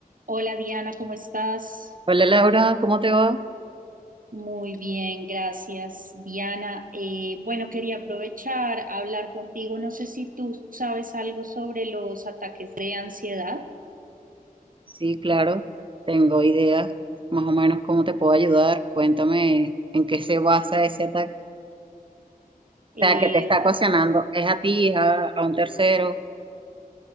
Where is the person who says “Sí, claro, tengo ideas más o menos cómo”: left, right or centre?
Right